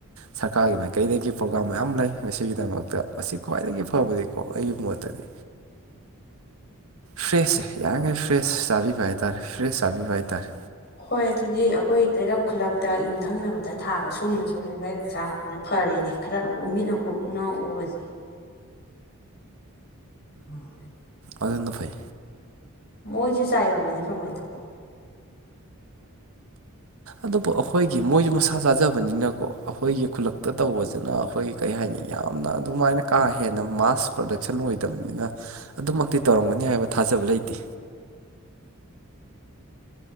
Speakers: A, on the right; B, on the left.
A: ꯁꯔꯀꯥꯔꯒꯤ ꯃꯥꯏꯀꯩꯗꯒꯤ ꯄ꯭ꯔꯣꯒꯥꯥꯝ ꯃꯌꯥꯝ ꯂꯩ ꯃꯁꯤꯒꯤꯗꯃꯛ ꯃꯁꯤ ꯈ꯭ꯋꯥꯏꯗꯒꯤ ꯐꯕꯗꯤꯀꯣ ꯑꯩꯒꯤ ꯃꯣꯠꯇꯗꯤ ꯐ꯭ꯔꯦꯁꯁꯦ ꯌꯥꯔꯤꯈꯩ
B: ꯑꯝ
A: ꯐ꯭ꯔꯦꯁ ꯆꯥꯕꯤꯕ ꯍꯥꯏꯇꯥꯔꯦ ꯐ꯭ꯔꯦꯁ ꯆꯥꯕꯤꯕ ꯍꯥꯏꯇꯥꯔꯦ
B: ꯍꯣꯏ ꯑꯗꯨꯗꯤ ꯍꯣꯏ ꯂꯩꯔꯛ ꯈꯨꯂꯛꯇ ꯌꯨꯝꯊꯪꯅꯕꯗ ꯊꯥꯕ ꯁꯨꯝꯕꯁꯨ ꯑꯣꯏꯅ ꯂꯩꯔꯛ ꯆꯥꯕꯅꯤꯅ ꯐꯔꯦꯅꯦ ꯈꯔ ꯎ ꯃꯤꯠ ꯅꯈꯣꯛꯅ ꯎꯕꯁꯦ ꯎꯝ
A: ꯑꯗꯨꯅ ꯐꯩ
B: ꯃꯣꯏꯁꯨ ꯆꯥꯏꯔꯝꯃꯗꯤ ꯀꯃꯥꯏꯅ ꯇꯧꯕ
A: ꯑꯗꯨꯕꯨ ꯑꯩꯈꯣꯏꯒꯤ ꯃꯣꯏꯁꯨ ꯃꯁꯥ ꯆꯥꯖꯕꯅꯤꯅꯀꯣ ꯑꯩꯈꯣꯏꯒꯤ ꯈꯨꯜꯂꯛꯇ ꯇꯧꯕꯁꯤꯅ ꯑꯩꯈꯣꯏ ꯀꯩ ꯍꯥꯏꯅꯤ ꯌꯥꯝꯅ ꯑꯗꯨꯃꯥꯏꯅ ꯀꯥ ꯍꯦꯟꯅ ꯃꯥꯁ ꯄ꯭ꯔꯗꯛꯁꯟ ꯑꯣꯏꯗꯕꯅꯤ ꯑꯗꯨ ꯑꯗꯨꯃꯛꯇꯤ ꯇꯧꯔꯝꯒꯅꯤ ꯍꯥꯏꯕ ꯊꯥꯖꯕ ꯂꯩꯇꯦ